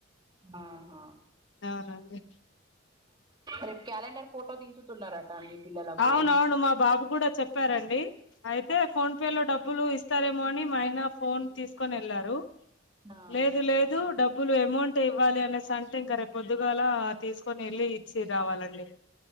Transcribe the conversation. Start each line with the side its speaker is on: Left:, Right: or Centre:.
Right: ఆహా
Left: అవునండి
Right: రేపు క్యాలెండర్ ఫోటో దించుతున్నరట అండి పిల్లలకు
Left: అవునవును మా బాబు కూడా చెప్పారండి అయితే ఫోన్ పే లో డబ్బులు ఇస్తారేమో అని మా ఆయన ఫోన్ తీసుకొని వెళ్లారు
Right: ఆ
Left: లేదు లే దు డబ్బులు అమౌంట్ ఇవ్వాలి అనేసి అంటే ఇంకా రేపు పొద్దుగాల తీసుకొని వెళ్ళి ఇచ్చి రావాలండి